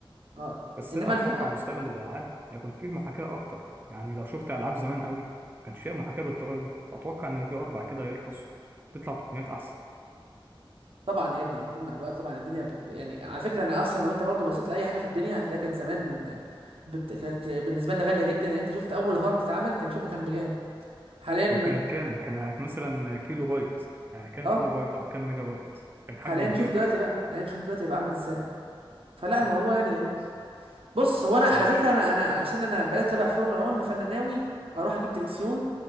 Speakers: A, on the right (about 90°); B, on the right (about 25°).
A: اه
B: بس
A: انما
B: لا اتوقع
A: الفي ار
B: مستقبل الالعاب هيكون فيه محاكاه اكتر يعني لو شفت العاب زمان قوي ما كانش فيها محاكاه بالطريقه دي اتوقع ان الفي ار بعد كده هيرخص تطلع تقنيات احسن
A: طبعا يا ابني اكيد مع الوقت طبعا الدنيا بتبقى يعني على فكره انا اصلا لو انت برضو بصيت لاي حاجه في الدنيا هتلاقيها كانت زمان بت... كانت بالنسبه لنا غاليه جدا يعني انت شفت اول هارد اتعمل كان شوفه كان بكام حاليا
B: وكان كام كان مثلا كيلو بايت يعني كام
A: اه آه،
B: كيلو بايت او كام ميجا بايت وكان
A: حاليا
B: حجمه
A: شوف
B: كبير
A: دلوقتي بقى حاليا شوف دلوقتي بقى عامل ازاي فلا
B: صح
A: الموضوع يعني جميل بص هو انا على
B: ماشي
A: فكره انا
B: خلاص
A: انا عشان انا بدات اتابع فورمولا 1 فانا ناوي اروح اجيب دريكسيون